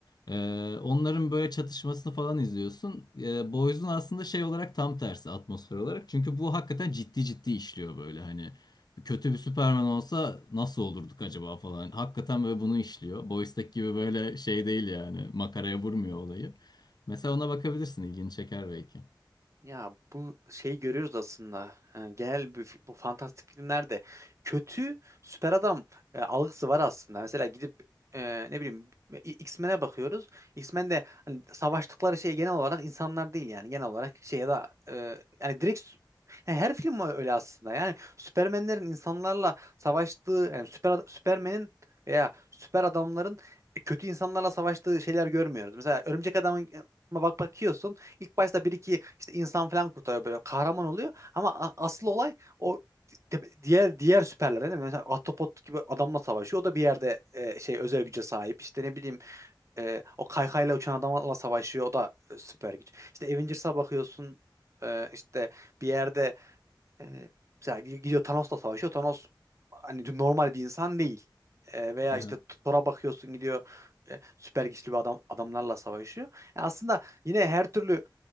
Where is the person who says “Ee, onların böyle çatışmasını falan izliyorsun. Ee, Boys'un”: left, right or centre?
Left